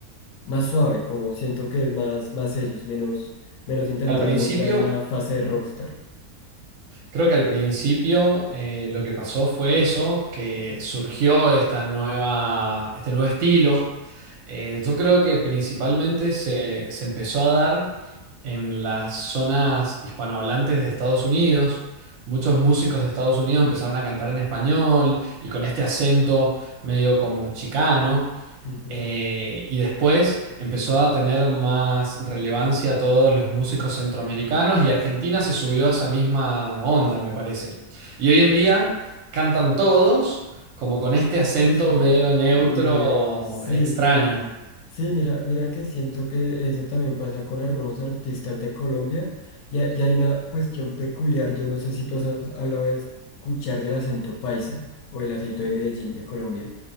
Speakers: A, on the left; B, on the right.
A: más suave, como siento que es más, más ellos, menos, menos intentar
B: al principio,
A: mostrar una fase de rockstar.
B: creo que al principio eh, lo que pasó fue eso, que surgió esta nueva, este nuevo estilo. Eh, yo creo que principalmente se, se empezó a dar en las zonas hispanohablantes de Estados Unidos. Muchos músicos de Estados Unidos empezaron a cantar en español y con este acento medio como chicano.
A: Ujú.
B: Eh, y después empezó a tener más relevancia todos los músicos centroamericanos y Argentina se subió a esa misma onda, me parece. Y hoy en día cantan todos como con este acento
A: Ese
B: medio neutro
A: medio, sí.
B: extraño.
A: Sí, mira, mira que siento que eso también pasa con algunos artistas de Colombia y, ha- y hay una cuestión peculiar, yo no sé si tú has has hablado de escuchar del acento paisa o el acento de Medellín de Colombia.